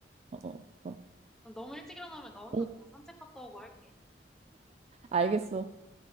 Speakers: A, on the right (about 35°); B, in the centre.
A: 어, 어, 어.
B: 그럼 너무 일찍 일어나면 나 혼자
A: 응,
B: 그냥 산책 갔다 오고 할게.
A: 알겠어.